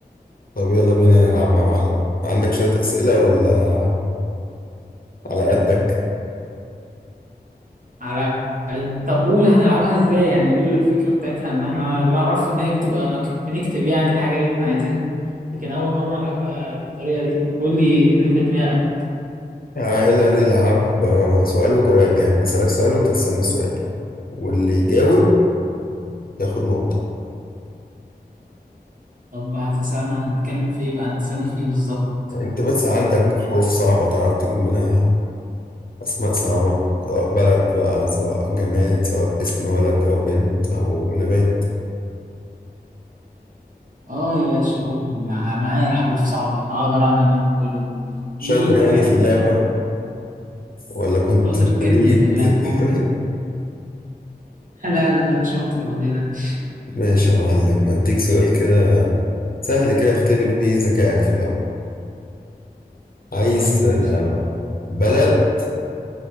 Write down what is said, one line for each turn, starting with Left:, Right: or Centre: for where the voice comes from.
Left: طب يلا بينا نلعبها يا معلم عندك شويه اسئله ولا على قدك
Right: على طب قول هنلعبها ازاي يعني قول الفكرة بتاعتها ان احنا اللي اعرفه ان هي بتبقى مكت- بنكتب يعني الحاجة اللي احنا عايزينها لكن اول مرة العبها بالطريقة دي قول لي ايه اللي في دماغك
Left: تعالى نلعب آه، سؤال وجواب يعني انا اسالك سؤال وانت تسالني سؤال واللي يجاوب ياخد نقطه
Right: طب هتسألنا هنتكلم في ايه بقى هتسألني في ايه بالظبط
Left: انت بس عندك حروف صعبه تعرف تجيب منها اسماء صعبه سواء بلد بقى سواء جماد سواء اسم ولد او بنت او نبات
Right: اه يا باشا قول مع... معايا حروف صعبة اقدر اعمل منها كل ده
Left: شاطر
Right: في
Left: يعني
Right: حاجات
Left: في اللعبه ولا كنت
Right: شاطر
Left: بليد
Right: جدا في اللعبة
Left: <laughs>
Right: فوق ما لا لا لا شاطر ما تقلقش
Left: ماشي يا معلم أديك سؤال كده سهل كده اختبر بيه ذكائك في الأول عايز
Right: طب قول
Left: آه، بلد